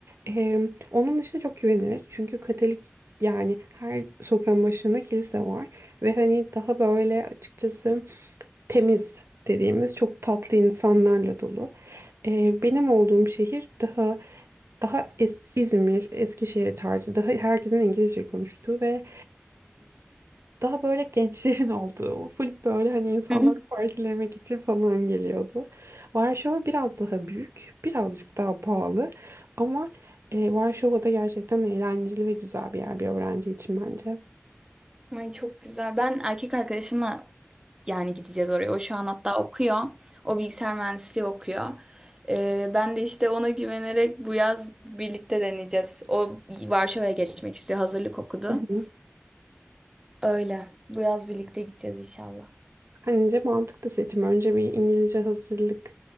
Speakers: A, on the right; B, on the right.
A: Eee, onun dışında çok güvenilir. Çünkü Katolik yani her sokağın başında kilise var. Ve hani daha böyle açıkçası temiz dediğimiz çok tatlı insanlarla dolu. Eee, benim olduğum şehir daha daha es- İzmir, Eskişehir tarzı daha herkesin İngilizce konuştuğu ve daha böyle gençlerin <laughs> olduğu, full böyle hani insanları
B: Hı.
A: partilemek için falan geliyordu. Varşova biraz daha büyük, birazcık daha pahalı ama e, Varşova da gerçekten eğlenceli ve güzel bir yer bir öğrenci için bence.
B: Ay çok güzel. Ben erkek arkadaşımla yani gideceğiz oraya. O şu an hatta okuyor. O bilgisayar mühendisliği okuyor. Ee, ben de işte ona güvenerek bu yaz birlikte deneyeceğiz. O Varşova'ya geçmek istiyor. Hazırlık okudu.
A: Hı hı.
B: Öyle. Bu yaz birlikte gideceğiz inşallah.
A: Bence mantıklı seçim. Önce bir İngilizce hazırlık